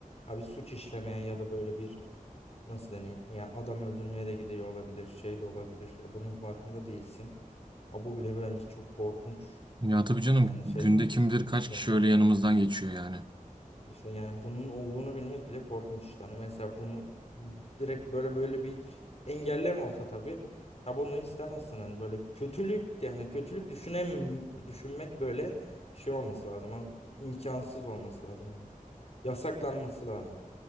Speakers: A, on the left; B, on the right.
A: Ya bir suç işlemeye ya da böyle bir nasıl deneyim? Ya adam öldürmeye de gidiyor olabilir, şey de olabilir. Ya bunun farkında değilsin. Ha bu bile bence çok korkunç.
B: Ya tabii
A: bir
B: canım
A: dü- Yani
B: günde
A: şey
B: kim bilir kaç
A: düşünce.
B: kişi öyle yanımızdan geçiyor yani.
A: İşte yani bunun olduğunu bilmek bile korkunç işte. Hani mesela bunu direkt böyle böyle bir engelleme olsa tabii. Ya bunu istemezsin hani böyle kötülük yani kötülük düşünem düşünmek böyle şey olması lazım. Hani imkansız olması lazım. Yani yasaklanması lazım.